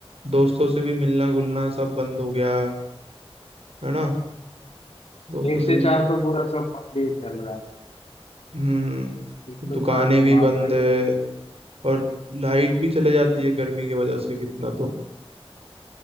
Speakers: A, on the right (about 75°); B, on the left (about 85°).
A: दोस्तों से भी मिलना गुलना सब बंद हो गया है ना दोस्तों
B: एक
A: से
B: से
A: भी
B: चार तो पूरा सब पानी चल रहा है
A: हम्म
B: एक से
A: दुकानें
B: चार में
A: भी
B: बाहर
A: बंद
B: जा ही
A: है
B: नहीं।
A: और लाइट भी चले जाती है गर्मी की वजह से कितना तो